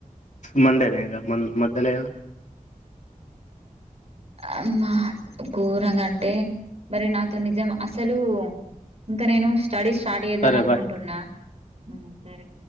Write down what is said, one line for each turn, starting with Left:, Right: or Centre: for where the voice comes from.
Left: మండేనే ఇక మన్ మధ్యలేదు
Right: అమ్మ కూరగంటే మరి నాతో నిజం అసలు ఇంకా నేను స్టడీ స్టార్ట్ చేద్దాం
Left: సరే
Right: మనుకుంటున్నా
Left: బాయ్
Right: హ్మ్మ్ సరే